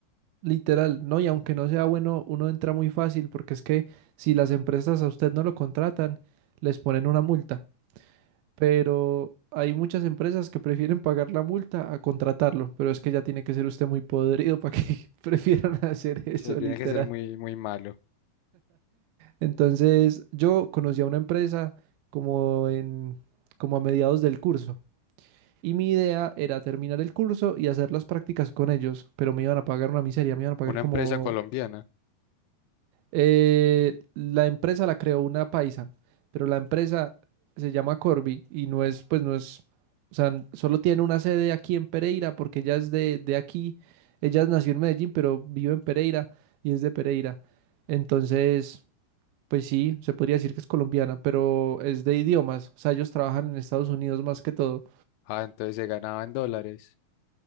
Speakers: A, on the right; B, on the left.
A: Literal, ¿no? Y aunque no sea bueno, uno entra muy fácil porque es que si las empresas a usted no lo contratan, les ponen una multa. Pero hay muchas empresas que prefieren pagar la multa a contratarlo, pero es que ya tiene que ser usted muy podrido para que <laughs> prefieran hacer eso,
B: Sí, tiene
A: literal.
B: que ser muy, muy malo.
A: Entonces, yo conocí a una empresa como en, como a mediados del curso. Y mi idea era terminar el curso y hacer las prácticas con ellos, pero me iban a pagar una miseria, me iban a pagar
B: Una
A: como...
B: empresa colombiana,
A: eh, la empresa la creó una paisa, pero la empresa se llama Corby y no es, pues no es, o sea, n- solo tiene una sede aquí en Pereira porque ella es de, de aquí, ella nació en Medellín, pero vive en Pereira y es de Pereira. Entonces, pues sí, se podría decir que es colombiana, pero es de idiomas, o sea, ellos trabajan en Estados Unidos más que todo.
B: ah, entonces se ganaba en dólares.